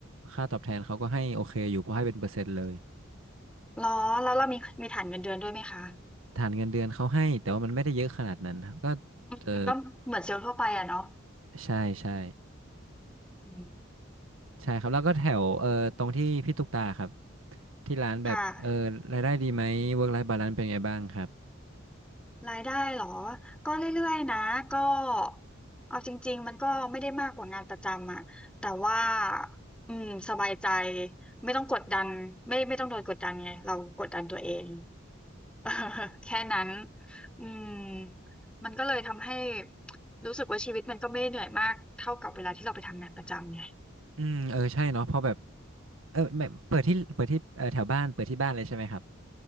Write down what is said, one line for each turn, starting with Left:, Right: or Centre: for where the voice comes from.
Right: ค่าตอบแทนเขาก็ให้โอเคอยู่เพราะให้เป็นเปอร์เซ็นต์เลย
Centre: หรอแล้วเรามีมีฐานเงินเดือนด้วยไหมคะ
Right: ฐานเงินเดือนเขาให้แต่ว่ามันไม่ได้เยอะขนาดนั้นครับก็
Centre: อืมก็เหมือนเซลล์ทั่วไปอะเนาะ
Right: เออใช่ใช่
Centre: อืม
Right: ใช่ครับแล้วก็แถวเออตรงที่พี่ตุ๊กตาครับที่ร้านแบบเออรายได้ดีไหม
Centre: ค่ะ
Right: work life balance เป็นไงบ้างครับ
Centre: รายได้เหรอก็เรื่อยๆนะก็เอาจริงๆมันก็ไม่ได้มากกว่างานประจำอะแต่ว่าอืมสบายใจไม่ต้องกดดันไม่ไม่ต้องโดนกดดันไงเรากดดันตัวเอง <laughs> เออแค่นั้นอืมมันก็เลยทำให้รู้สึกว่าชีวิตมันก็ไม่ได้เหนื่อยมากเท่ากับเวลาที่เราไปทำงานประจำไง
Right: อืมเออใช่เนาะเพราะแบบเออไม่เปิดที่เปิดที่เออแถวบ้านเปิดที่บ้านเลยใช่ไหมครับ